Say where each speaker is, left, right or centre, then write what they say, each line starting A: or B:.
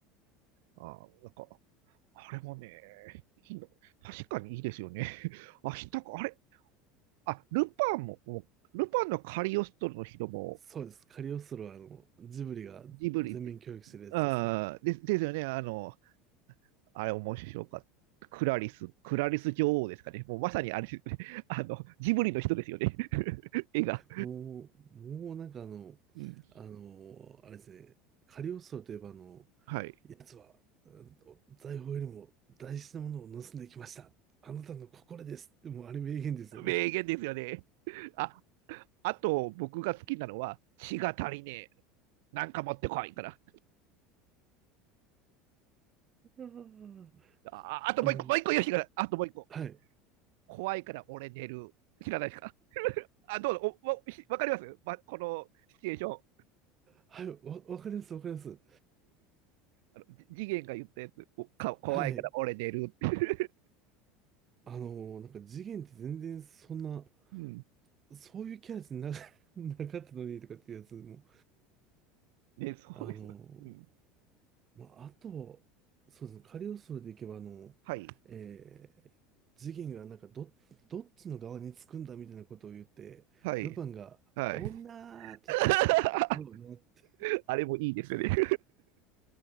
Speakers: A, on the right; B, on the right.
A: あー、なんか、あれもね、いいの。確かにいいですよね。<laughs> アシタカ、あれ、あ、ルパンも、もうルパンのカリオストロの人も、
B: そうです、カリオストロはあの、ジブリが全面協力してるやつですね。
A: ジブリで、ああ、で、ですよね。あの、あれ面白かった。クラリス、クラリス女王ですかね。もうまさにあれですよね。<laughs> あの、ジブリの人ですよね。<laughs> 絵が。
B: もう、もうなんかあの、
A: うん。
B: あの、あれですね、カリオストロといえばあの、
A: はい。
B: 奴は、うんと財宝よりも大事なものを盗んできました。あなたの心ですって、もうあれ名言ですよね。
A: 名言ですよね。あ、あと僕が好きなのは、血が足りねえ。なんか持ってこいから。
B: あー
A: あ、あともう一個、
B: あの、
A: もう一個よしが、あともう一個。
B: はい、
A: 怖いから俺寝る。知らないですかあ、どうぞ。おわわかります、ま、このシチュエーション。
B: はい、わ、わかります、わかります。
A: あの次元が言ったやつ。おか怖いから俺寝るって。
B: はい。あの、なんか次元って全然そんな、
A: うん。
B: そういうキャラじゃな、<laughs> なかったのにとかっていうやつも、
A: ね、そうですよ。
B: あの、
A: うん。
B: まあ、あと、そうですね、カリオストロでいけば、あの、
A: はい。
B: えー、次元がなんかど、どっちの側につくんだみたいなことを言って、
A: はい。
B: ルパンが、
A: はい。
B: 女ーって言って、
A: <laughs>
B: どうなって、
A: あれもいいですよね。